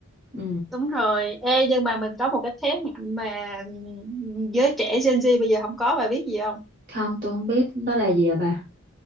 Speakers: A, on the right; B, in the centre.
A: ừ.
B: đúng rồi. Ê, nhưng mà mình có một cái thế mạnh mà ừ, giới trẻ Gen Z bây giờ không có, bà biết gì không?
A: không tôi không biết đó là gì à bà